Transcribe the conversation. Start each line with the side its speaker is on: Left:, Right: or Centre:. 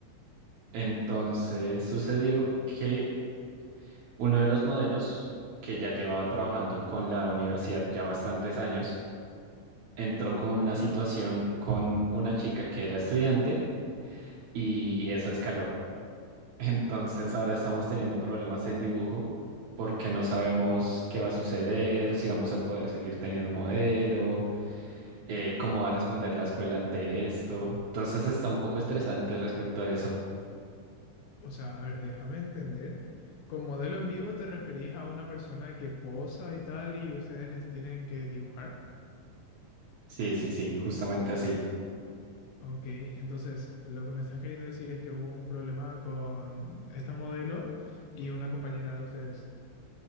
Right: Entonces sucedió que uno de los modelos que ya llevaba trabajando con la universidad ya bastantes años, entró con una situación con una chica que era estudiante y eso escaló. <laughs> Entonces ahora estamos teniendo problemas en dibujo porque no sabemos qué va a suceder, si vamos a poder seguir teniendo modelo, eh, cómo va a responder la escuela ante esto. Entonces está un poco estresante respecto a eso.
Left: O sea, a ver, déjame entender. Con modelo en vivo te referís a una persona que posa y tal y ustedes les tienen que dibujar.
Right: Sí,
Left: On-
Right: sí, sí, justamente así.
Left: ok, entonces lo que me estás queriendo decir es que hubo un problema con esta modelo y una compañera de ustedes.